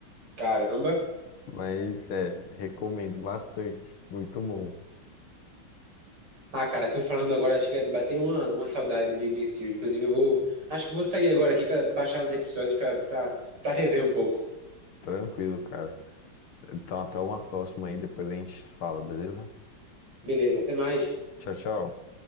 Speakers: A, on the right (about 55°); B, on the left (about 85°).
A: Caramba.
B: Mas, é, recomendo bastante. Muito bom.
A: Ah, cara, tô falando agora, chega de bater uma, uma saudade de Big Bang Theory. Inclusive, eu vou. Acho que vou sair agora aqui pra baixar uns episódios pra, pra, pra rever um pouco.
B: Tranquilo, cara. Então, até uma próxima aí, depois a gente fala, beleza?
A: Beleza, até mais.
B: Tchau, tchau.